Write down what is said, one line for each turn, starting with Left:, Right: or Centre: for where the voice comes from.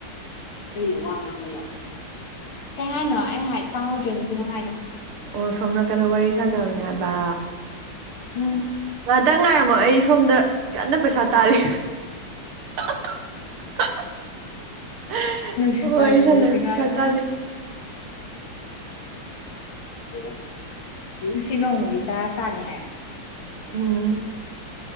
Left: ꯑꯩꯅ ꯋꯥ ꯉꯥꯡꯕ ꯌꯥꯗꯦ ꯀꯩ ꯍꯥꯏꯅꯣ ꯑꯩ ꯍꯥꯥ ꯇꯥꯍꯧꯗ꯭ꯔꯦ ꯅꯨꯄꯤ ꯅꯪ ꯍꯥꯏꯗꯣ
Right: ꯑꯣ ꯁꯣꯝ ꯅꯀꯟꯗ ꯋꯥꯔꯤ ꯁꯥꯟꯅꯕꯅꯦ ꯍꯥꯏꯕ
Left: ꯎꯝ
Right: ꯉꯥꯛꯇꯪ ꯉꯥꯏꯔꯝꯃꯣ ꯑꯩ ꯁꯣꯝꯗ ꯀꯟꯅ ꯄꯩꯁꯥ ꯇꯥꯜꯂꯤ <unintelligible>
Left: ꯅꯪꯁꯨ
Right: ꯋꯥꯔꯤ
Left: ꯇꯥꯟꯃꯤꯟꯅꯁꯤ
Right: ꯁꯥꯅꯔ
Left: ꯉꯥꯏꯌꯣ
Right: ꯄꯩꯁꯥ
Left: ꯍꯥꯏꯌꯣ
Right: ꯇꯥꯜꯂꯤ
Left: <unintelligible> ꯉꯁꯤ ꯅꯣꯡꯃꯒꯤ ꯆꯔꯥ ꯇꯥꯂꯤ ꯍꯥꯏꯌꯨ
Right: ꯎꯝ